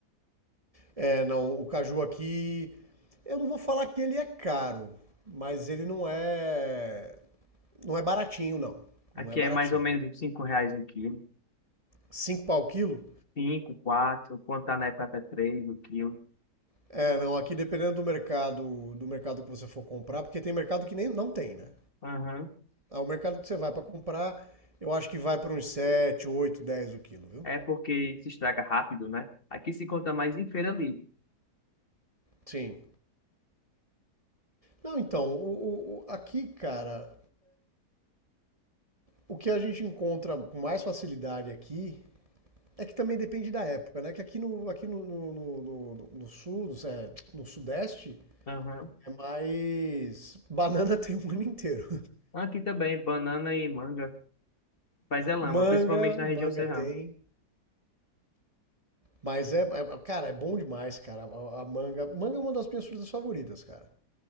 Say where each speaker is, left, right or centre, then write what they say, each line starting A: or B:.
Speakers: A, on the right (about 25°); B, on the left (about 35°).
A: É, não, o caju aqui, eu não vou falar que ele é caro, mas ele não é, não é baratinho, não. Não
B: Aqui
A: é baratinho.
B: é mais ou menos uns 5 reais um quilo.
A: Cinco pau o quilo?
B: cinco quatro quando tá na época até 3 o quilo.
A: É, não, aqui dependendo do mercado, do mercado que você for comprar, porque tem mercado que nem não tem, né?
B: Aham.
A: Ah, o mercado que você vai pra comprar, eu acho que vai para uns 7, 8, 10 o quilo, viu?
B: É porque se estraga rápido, né? Aqui se conta mais em feira livre.
A: Sim. Não, então, o- o- aqui, cara, o que a gente encontra com mais facilidade aqui é que também depende da época, né? Que aqui no, aqui no, no, no- no- no- no sul, no, é, no sudeste,
B: Aham.
A: é mais. Banana <laughs> tem o ano inteiro.
B: Aqui também, banana e manga. Mas é lama,
A: Manga,
B: principalmente na região
A: manga
B: serrana.
A: tem. Mas é, é- cara, é bom demais, cara. A, a manga, manga é uma das minhas frutas favoritas, cara.